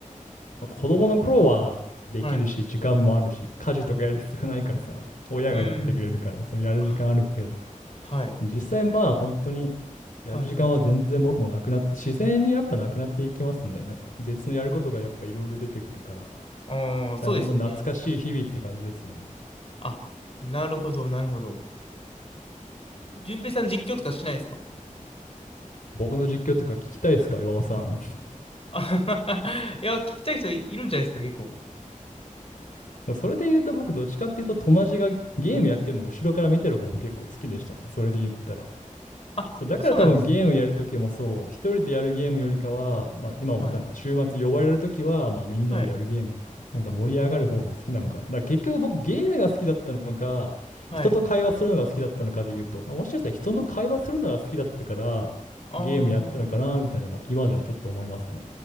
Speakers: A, on the left; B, on the left.
A: まあ子供の頃はできるし、
B: はい。
A: 時間もあるし、家事とかやる必要ないからさ、親がやってくれるから、
B: うん。
A: そうやる時間あるけど、
B: あはい。
A: 実際まあ本当にやる時間は全然僕もなくなって、
B: はいはい。
A: 自然にやっぱなくなっていきますね。なんか別のやることがやっぱいろいろ出てくるから。だ
B: ああ、そうですよね。
A: から本当懐かしい日々って感じですよね。
B: あ、なるほど、なるほど。順平さん実況とかしないんですか
A: 僕の実況とか聞きたいですか、岩尾さん。
B: あははは <laughs> いや、聞きたい人いるんじゃないですか、結構。
A: <laughs> それで言うと僕どっちかっていうと友達がゲームやってるのを後ろから見てる方も結構好きでしたね。それで言ったら。
B: あ、
A: そう、だから多分ゲームやるときもそう、
B: そうなんですね。
A: 一人でやるゲームよりかは、まあ、今もなんか週末呼ばれるときは、
B: はい。
A: まあ、みんなでやるゲームとか、
B: はい。
A: なんか盛り上がる方が好きなんかな。だから結局僕ゲームが好きだったのか、
B: はい。
A: 人と会話するのが好きだったのかで言うと、もしかしたら人の会話するのが好きだったから、
B: ああ。
A: ゲームやったのかなみたいな、まあ、今ではちょっと思いますね。